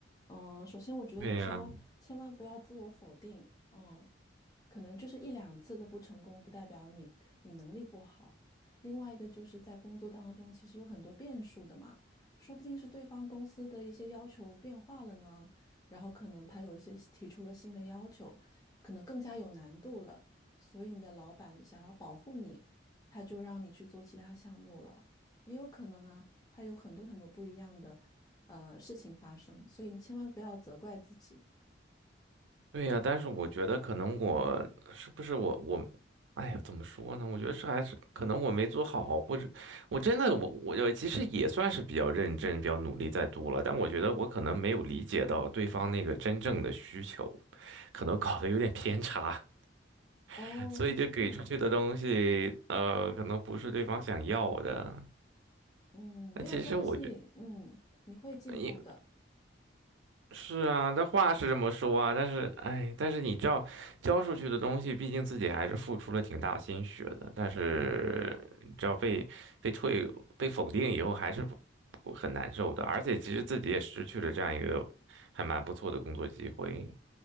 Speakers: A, on the left; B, on the right.
A: 嗯，首先我觉得你千万千万不要自我否定。
B: 对呀、
A: 嗯，可能就是一两次的不成功，不代表你你能力不好。另外一个就是在工作当中，其实有很多变数的嘛，说不定是对方公司的一些要求变化了呢。然后可能他有一些提出了新的要求，可能更加有难度了，所以你的老板想要保护你，他就让你去做其他项目了，也有可能啊，还有很多很多不一样的呃事情发生，所以你千万不要责怪自己。
B: 对呀，但是我觉得可能我是不是我我，哎呀，怎么说呢？我觉得是还是可能我没做好，或者我真的我我其实也算是比较认真、比较努力在读了，但我觉得我可能没有理解到对方那个真正的需求，可能搞得有点偏差，
A: 哦，
B: <laughs> 所以就给出去的东西，
A: 是这样子的，
B: 呃，可能不是对方想要的。
A: 嗯，
B: 那其实我觉
A: 没有关系，嗯，你会进步的。
B: 因。是啊，这话是这么说啊，但是，哎，但是你知道，交出去的东西，毕竟自己还是付出了挺大心血的，但是你知道被被退被否定以后，还是不不很难受的，而且其实自己也失去了这样一个还蛮不错的工作机会。